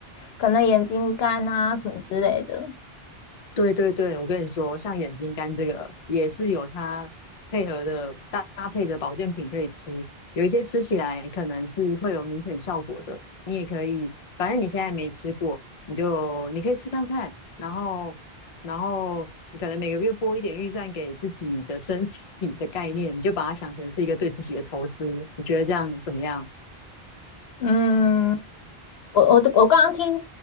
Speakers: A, on the left; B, on the left.
A: 可能眼睛干啊什么之类的。
B: 对对对，我跟你说，像眼睛干这个也是有它配合的搭搭配的保健品可以吃，有一些吃起来可能是会有明显效果的，你也可以，反正你现在没吃过，你就你可以试看看，然后然后你可能每个月拨一点预算给自己的身体的概念，你就把它想成是一个对自己的投资，你觉得这样怎么样？
A: 嗯，我我我刚刚听